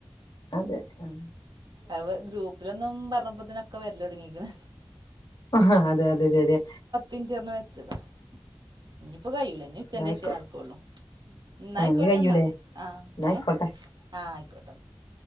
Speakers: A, on the left (about 75°); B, on the right (about 75°).
A: അതെ ആ
B: അവ ഗ്രൂപ്പിലൊന്നും പറഞ്ഞപ്പോത്തനൊക്കെ വരില്ല തുടങ്ങിക്കാണ്
A: ആ അതെ അതെ ശരിയ
B: മിനിറ്റ് പറഞ്ഞ് വെച്ചതാ ഇനിയിപ്പോ കഴൂല ഇനി ഉച്ചന്റെേഷ
A: ന്നായിക്കോ
B: നടക്കുവുള്ളൂ എന്ന
A: ആ
B: ആയിക്കോട്ടെന്നാ
A: ഇനി കയ്യൂലേ
B: ആ
A: ന്നായിക്കോട്ടെ
B: ഏ ആഹ ആയിക്കോട്ടെന്നാ